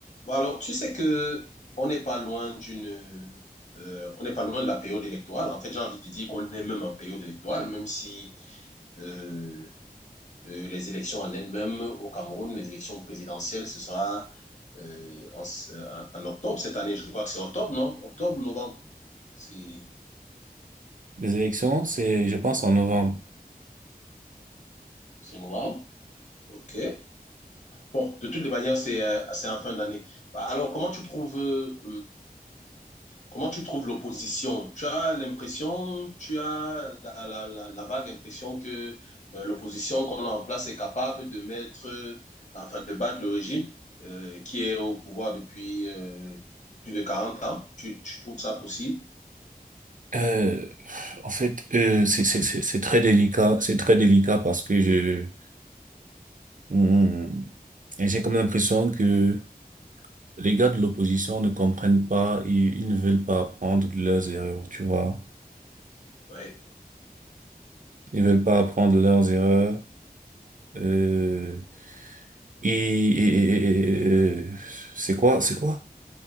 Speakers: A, on the left (about 50°); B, on the right (about 55°).
A: Bon, alors, tu sais que on n'est pas loin d'une, euh, on n'est pas loin de la période électorale. En fait, j'ai envie de dire qu'on est même en période électorale, même si euh, euh, les élections en elles-mêmes au Cameroun, les élections présidentielles, ce sera euh, en, euh, en octobre cette année. Je crois que c'est octobre, non? Octobre, novembre. C'est,
B: des élections, c'est, je pense, en novembre.
A: c'est novembre. OK. Bon, de toutes les manières, c'est euh, c'est en fin d'année. Bah, alors, comment tu trouves euh, Comment tu trouves l'opposition? Tu as l'impression, tu as la, la- la- la vague impression que euh, l'opposition qu'on a en place est capable de mettre, euh, enfin de battre le régime euh, qui est au pouvoir depuis euh, plus de quarante ans. Tu, tu trouves ça possible?
B: Euh, en fait, euh, c'est c'est- c'est- c'est très délicat, c'est très délicat parce que je, hmm, j'ai comme l'impression que les gars de l'opposition ne comprennent pas, ils, ils ne veulent pas apprendre de leurs erreurs, tu vois.
A: Oui,
B: Ils ne veulent pas apprendre de leurs erreurs. Euh, et, et- et- et- euh, c'est quoi, c'est quoi?